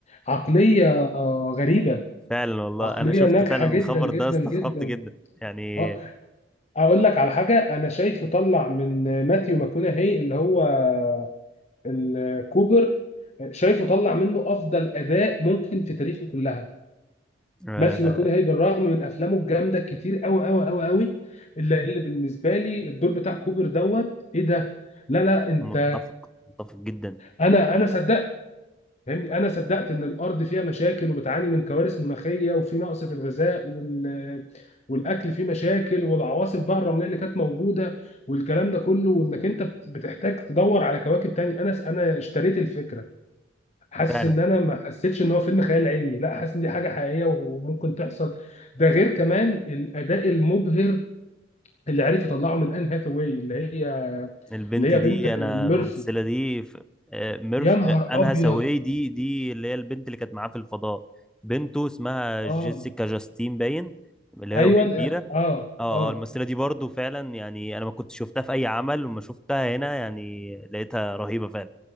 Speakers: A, on the left; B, in the centre.
A: عقليه آه، غريبه
B: فعلا والله
A: عقليه
B: انا شفت
A: ناجحه
B: فعلا الخبر
A: جدا جدا
B: ده استغربت
A: جدا
B: جدا يعني
A: آه، اقول لك على حاجه انا شايفه طلع من آه، ماثيو ماكونهي اللي هو آه، الكوبر آه، شايفه طلع منه افضل اداء ممكن في تاريخه كلها
B: آه،
A: ماثيو ماكونهي بالرغم من افلامه الجامده كتير قوي قوي قوي قوي اللي, اللي بالنسبه لي الدور بتاع كوبر دوت ايه ده لا لا انت
B: متفق متفق جدا
A: انا انا صدقت فاهمني انا صدقت ان الارض فيها مشاكل وبتعاني من كوارث مناخيه وفي نقص في الغذاء وال والاكل فيه مشاكل والعواصف بقى الرمليه اللي كانت موجوده والكلام ده كله وانك انت بت- بتحتاج تدور على كواكب تاني انا انا اشتريت الفكره حاسس
B: فعلا
A: ان انا ما حسيتش ان هو فيلم خيال علمي لا حاسس ان دي حاجه حقيقيه وممكن تحصل ده غير كمان الاداء المبهر اللي عرف يطلعه من ان هاثاواي اللي هي
B: البنت
A: اللي
B: دي
A: هي بنت
B: انا
A: ميرفي
B: الممثله دي ف- آه، ميرف
A: يا نهار
B: آه، انها
A: ابيض
B: ساوي دي دي اللي هي البنت اللي كانت معاه في الفضاء بنته اسمها
A: اه
B: جيسيكا جاستين باين اللي هي
A: ايوه
B: وهي كبيره
A: اه
B: اه
A: اه
B: اه الممثله دي برضو فعلا يعني انا ما كنت شفتها في اي عمل وما شفتها هنا يعني لقيتها رهيبه فعلا